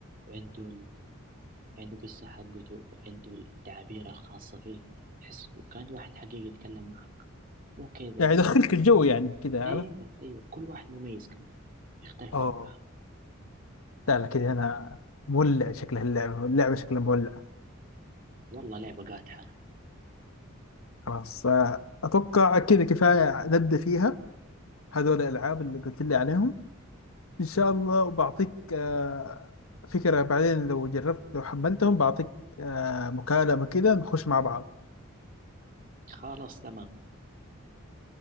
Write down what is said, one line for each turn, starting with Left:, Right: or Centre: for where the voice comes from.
Right: عنده ال... عنده قصة حقته عنده التعابير الخاصة فيه تحسه كان واحد حقيقي يتكلم معك مو كذا
Left: يعني
Right: كان
Left: يدخلك الجو يعني كده
Right: أيوه
Left: عارف
Right: أيوه كل واحد مميز كمان يختلف
Left: اه
Right: عن
Left: لا لا كده انا مولع شكلها اللعبه اللعبه شكلها مولع
Right: والله لعبة قاتحة
Left: خلاص آه، اتوقع كده كفايه نبدا فيها هذول الالعاب اللي قلت لي عليهم ان شاء الله وبعطيك آه، فكره بعدين لو جربت لو حملتهم بعطيك آه، مكالمه كده نخش مع بعض
Right: خلاص تمام